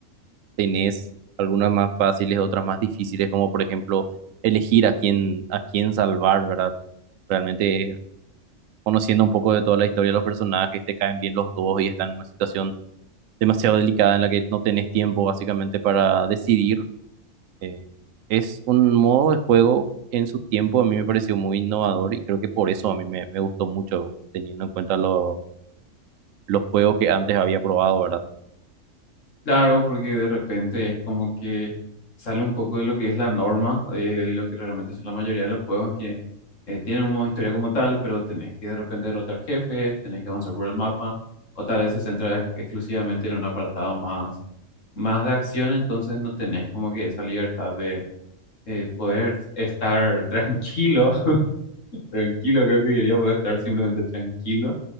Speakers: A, on the right (about 80°); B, on the left (about 75°).
A: tenés algunas más fáciles, otras más difíciles, como por ejemplo elegir a quién, a quién salvar, ¿verdad? Realmente eh, conociendo un poco de toda la historia de los personajes, te caen bien los dos y están en una situación demasiado delicada en la que no tenés tiempo básicamente para decidir. Eh, es un modo de juego en su tiempo a mí me pareció muy innovador y creo que por eso a mí me, me gustó mucho, teniendo en cuenta lo- los juegos que antes había probado, ¿verdad?
B: Claro, porque de repente es como que sale un poco de lo que es la norma, de lo que realmente son la mayoría de los juegos que eh, tienen un modo historia como tal, pero tenés que de repente derrotar jefes, tenés que avanzar por el mapa, o tal vez se centra ex- exclusivamente en un apartado más, más de acción, entonces no tenés como que esa libertad de, de poder estar <laughs> tranquilo, <laughs> tranquilo creo que diría, poder estar simplemente tranquilo